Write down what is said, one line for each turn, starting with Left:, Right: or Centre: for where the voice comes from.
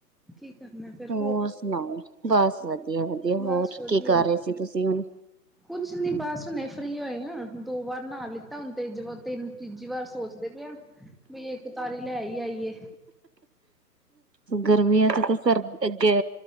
Centre: ਕੀ ਕਰਨਾ ਫਿਰ
Right: ਹੋਰ ਸੁਣਾਓ? ਬਸ ਵਧੀਆ-ਵਧੀਆ
Centre: ਬਸ
Right: ਹੋਰ
Centre: ਵਧੀਆ
Right: ਕੀ ਕਰ ਰਹੇ ਸੀ, ਤੁਸੀਂ ਹੁਣ?
Centre: ਕੁਛ ਨੀ ਬਸ ਹੁਣੇ ਫ੍ਰਰੀ ਹੋਏ ਆ ਦੋ ਵਾਰ ਨਹਾ ਲਿੱ ਤਾਂ ਹੁਣ ਤੀਜ ਤਿੰਨ ਤੀਜੀ ਵਾਰ ਸੋਚਦੇ ਪਏ, ਆ ਵੀ ਇੱਕ ਤਾਰੀ ਲੈ ਹੀਈ ਆਈਏ।
Right: ਗਰਮੀਆਂ ਚ ਤਾਂ ਸਰ ਅੱਗੇ